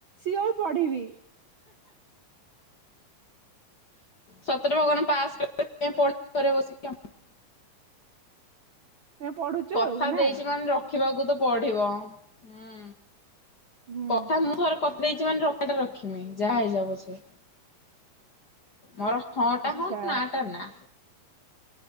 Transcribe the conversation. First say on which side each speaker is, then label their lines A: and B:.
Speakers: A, on the right; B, on the left.
A: ସିଓର୍ ପଢ଼ିବି।
B: ସତରେ ଭଗବାନ୍ ପାସ୍ <inaudible> ପାଇଁ ପଢ଼ିଲି ଘରେ ବସିକି ଆଉ।
A: ଆମେ ପଢୁଛୁ
B: କଥା
A: ଆଉ ନା
B: ଦେଇଚି ମାନେ ର ରଖିବାକୁ ତ ପଡ଼ିବ ହୁଁ
A: ହୁଁ
B: କଥା ମୁଁ ଥରେ କ ଦେଇଚି ମାନେ ରକାଟା ରଖିମି ଯାହା ହେଇଯାଉ ପଛେ। ମୋର ହଁ
A: ଆଚ୍ଛା।
B: ଟା ହଁ ନାଟା ନାଁ।